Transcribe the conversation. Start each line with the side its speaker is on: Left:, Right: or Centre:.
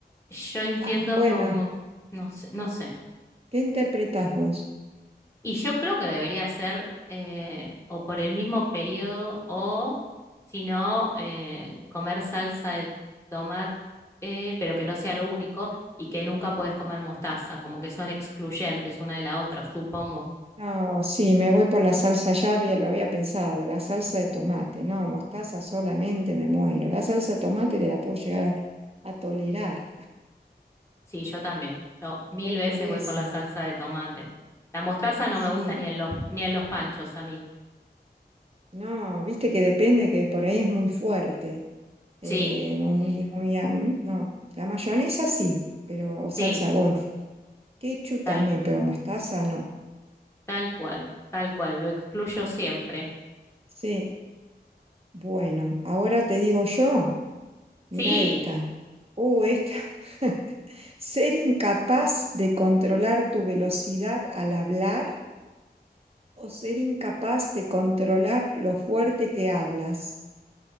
Left: yo entiendo
Right: Ah, Bueno,
Left: como, no sé, no sé.
Right: ¿qué interpretás vos?
Left: Y yo creo que debería ser eh, o por el mismo periodo o, si no, eh, comer salsa de tomate, eh, pero que no sea lo único y que nunca puedes comer mostaza, como que son excluyentes una de la otra, supongo.
Right: No, sí, me voy por la salsa, ya había- lo había pensado, la salsa de tomate. No, mostaza solamente me muero. La salsa de tomate te la puedo llegar a, a tolerar.
Left: Sí, yo también. Yo mil
Right: Voy
Left: veces
Right: por esa,
Left: voy por la salsa de tomate. La mostaza no
Right: sí.
Left: me gusta ni en los, ni en los panchos a mí.
Right: No, viste que depende que por ahí es muy fuerte. eh,
Left: Sí,
Right: muy, muy, am- no, la mayonesa sí, pero, o salsa
Left: sí,
Right: golf. Ketchup
Left: tal,
Right: también, pero mostaza no.
Left: tal cual, tal cual, lo excluyo siempre.
Right: Sí, bueno, ahora te digo yo, mira
Left: Sí.
Right: esta. Oh, esta. <laughs> Ser incapaz de controlar tu velocidad al hablar o ser incapaz de controlar lo fuerte que hablas.